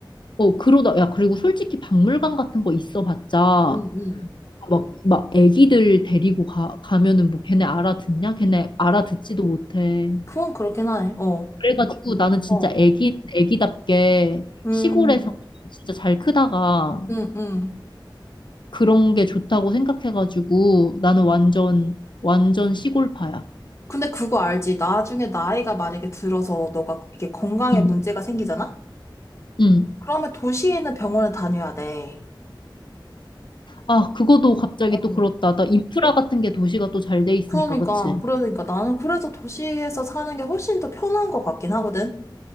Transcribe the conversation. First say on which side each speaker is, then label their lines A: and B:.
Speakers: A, on the left (about 65°); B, on the left (about 35°).
A: 어, 그러다, 야, 그리고 솔직히 박물관 같은 거 있어 봤자
B: 응응
A: 막, 막 애기들 데리고 가, 가면은 뭐 걔네 알아듣냐? 걔네 알아듣지도 못해.
B: 그건 그렇긴 하네, 어.
A: 그래가지고 나는 진짜
B: 어.
A: 애기, 애기답게
B: 음,
A: 시골에서 진짜 잘 크다가
B: 음, 음.
A: 그런 게 좋다고 생각해가지고 나는 완전, 완전 시골파야.
B: 근데 그거 알지? 나중에 나이가 만약에 들어서 너가 이게 건강에
A: 응,
B: 문제가 생기잖아?
A: 응.
B: 그러면 도시에 있는 병원을 다녀야 돼.
A: 아, 그거도 갑자기
B: 어.
A: 또 그렇다. 나 인프라 같은 게 도시가 또 잘 돼 있으니까,
B: 그러니까,
A: 그치?
B: 그러니까 나는 그래서 도시에서 사는 게 훨씬 더 편한 것 같긴 하거든.